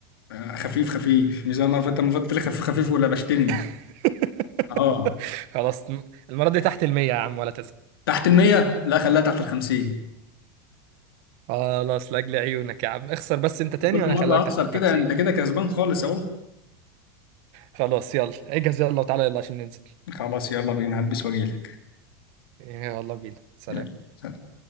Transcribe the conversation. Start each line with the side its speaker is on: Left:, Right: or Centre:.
Left: آه، خفيف خفيف مش زي المره اللي فاتت المره اللي فاتت لي خفيف خفيف ولا بشتني
Right: <laughs>
Left: اه
Right: خلاص المره دي تحت المية يا عم ولا تزعل
Left: تحت المية لا خليها تحت الخمسين
Right: خلاص لاجل عيونك يا عم اخسر بس انت تاني
Left: كل
Right: وانا
Left: مرة
Right: هخليك
Left: أخسر
Right: تحت الخمسين
Left: كده أنت كده كسبان خالص أهو
Right: خلاص يلا اجهز يلا وتعالى يلا عشان ننزل
Left: خلاص يلا بينا هلبس وأجيلك
Right: يلا بينا سلام
Left: يلا سلام